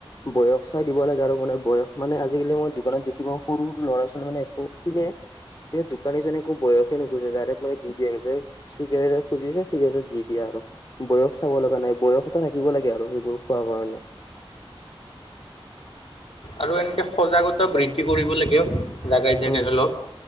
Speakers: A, on the left; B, on the left.
A: বয়স চাই দিব লাগে আৰু মানে বয়স মানে আজিকালি মই দোকানত দেখিবা সৰু সৰু ল'ৰা ছোৱালী মানে একো কিনে স দোকানীজনে একো বয়সে নুখুজছে ডাইৰেক্ মানে দি দিয়ছে চিগাৰেটত খুজিছে চিগাৰেট দি দি দিয়া আৰু বয়স চাব লগা নাই বয়স এটা থাকিব লাগে আৰু সেইবোৰ খোৱাৰ কাৰণে <inaudible>
B: আৰু এনেকে সজাগতা বৃদ্ধি কৰিব লাগে জাগাই জেগাই
A: উম
B: অলপ